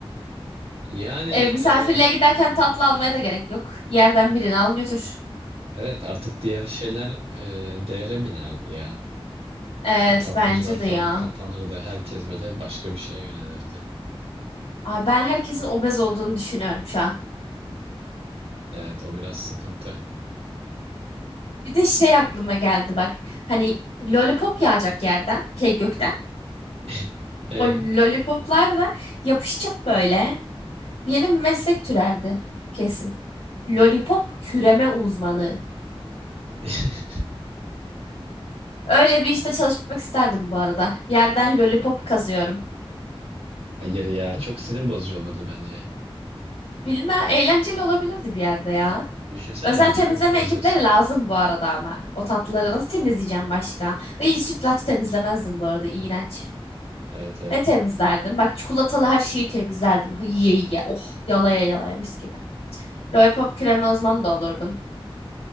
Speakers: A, on the right; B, on the left.
A: Yani
B: E, misafirliğe
A: e,
B: giderken tatlı almaya da gerek yok. Yerden birini al götür.
A: evet artık diğer şeyler e, değere binerdi ya.
B: Evet
A: Tatlıcılar
B: bence
A: falan
B: de ya.
A: kapanırdı. Herkes böyle başka bir şeye yönelirdi.
B: Ay ben herkesin obez olduğunu düşünüyorum şu an.
A: Evet o biraz sıkıntı.
B: Bir de şey aklıma geldi bak. Hani lollipop yağacak yerden, şey gökten.
A: <laughs> E?
B: O lollipoplar da yapışacak böyle. Yeni bir meslek türerdi kesin. Lollipop küreme uzmanı.
A: <laughs>
B: Öyle bir işte çalışmak isterdim bu arada. Yerden lollipop kazıyorum.
A: Hayır ya çok sinir bozucu olurdu bence.
B: Bilmem eğlenceli olabilirdi bir yerde ya.
A: Düşünsene
B: Özel
A: bütün
B: temizleme
A: gün kazıyorsun.
B: ekipleri lazım bu arada ama. O tatlıları nasıl temizleyeceğim başka? İyi sütlaç temizlemezdim bu arada iğrenç.
A: Evet evet.
B: Ne temizlerdim? Bak çikolatalı her şeyi temizlerdim. Ha, Yiye yiye. Oh yalaya yalaya mis gibi. Lollipop küreme uzmanı da olurdum.